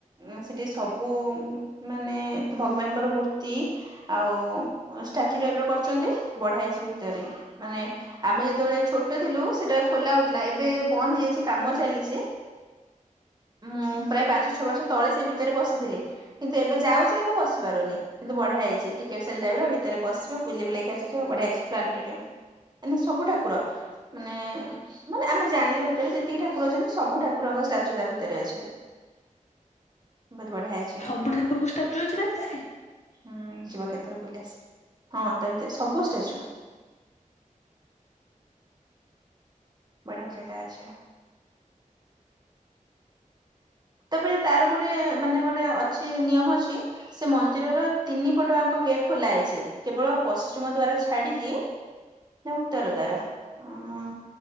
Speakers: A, on the right; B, on the left.
A: ଉଁ ସେଠି ସବୁ ମାନେ ଭଗବାନଙ୍କର ମୂର୍ତ୍ତି ଆଉ ଷ୍ଟାଚୁ ଟାଇପ୍ ର କରିଚନ୍ତି ବଢ଼ିଆ ହେଇଚି ଭିତରେ। ମାନେ ଆମେ ଯେତୋବେଳେ ଛୋଟ ଥିଲୁ ସେଟା ଖୋଲା ହୋଉଥିଲା ଏବେ ବନ୍ଦ ହେଇଯାଇଛି କାମ ଚାଲିଚି। ମୁଁ ପ୍ରାୟ ପାଞ୍ଚ ଛଅ ବର୍ଷ ତଳେ ସେ ଭିତରେ ପସିଥିଲି। କିନ୍ତୁ ଏବେ ଯାଉଚି କିନ୍ତୁ ପଶି ପାରୁନି। କିନ୍ତୁ ବଢ଼ିଆହେଇଚି ଟିକେଟ୍ ସେଲ୍ ଟାଇପ୍ ର ଭିତରେ ପସିବ ବୁଲି ବୁଲାକି ଆସିବ ବଢ଼ିଆହେଇଚି ପ୍ଲାନେଟୋରିୟମ୍। ମାନେ ସବୁ ଠାକୁର ମାନେ ମାନେ ଆମେ ଜାଣିଲା ଭିତରେ ଯେତିକି ଠାକୁର ଅଛନ୍ତି ସବୁ ଠାକୁରଙ୍କ ଷ୍ଟାଚୁ ତା ଭିତରେ ଅଛି। ବହୁତ୍ ବଢିଆଛି।
B: ସବୁ ଠାକୁରଙ୍କ ଷ୍ଟାଚୁ ଅଛି ତା ଭିତରେ?
A: ହୁଁ ଯିବ କେତୋବେଳେ ବୁଲି ଆସିବ। ହଁ ତା ଭିତରେ ସବୁଷ୍ଟାଚୁ। ବଢିଆ ଜାଗା ଅଛି। ତାପରେ ତାର ଗୋଟେ ମାନେ ଗୋଟେ ଅଛି ନିୟମ ଅଛି। ସେ ମନ୍ଦିରର ତିନି ପଟଆଙ୍କ ଗେଟ୍ ଖୋଲା ହେଇଚି। କେବଳ ପଶ୍ଚିମ ଦ୍ଵାର ଛାଡିକି ନା ଉତ୍ତର ଦ୍ଵାର। ଉଁ